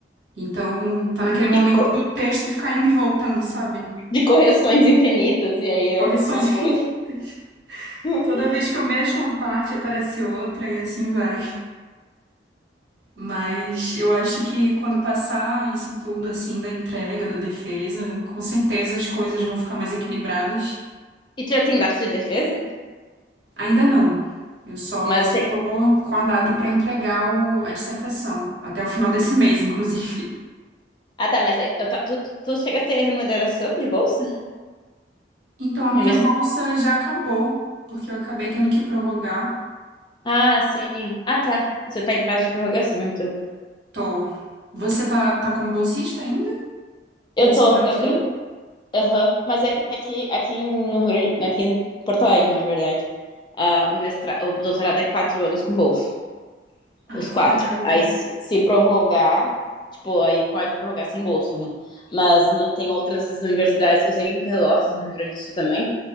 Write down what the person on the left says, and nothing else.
E co-
de correções infinitas, e aí eu
arrumo uma
coisa.
<laughs>
E tu já tem data de defesa?
Mas
tem.
Ah, tá, mas aí, eu tá- tu, tu chega a ter remuneração de bolsa?
De
mes-
Ah, sim. Ah, tá. Você tá em prazo de prorrogação, então.
Eu
tô.
eu- eu- Aham. Mas é que aqui, aqui, no Rio Grande- aqui em Porto Alegre, na verdade, ah, o mestra... o doutorado é quatro anos com bolsa.
Os
quatro.
Aí se, se prorrogar, tipo, aí pode prorrogar sem bolsa, né? Mas na- tem outras universidades que eu sei em Pelotas, no Rio Grande do Sul também.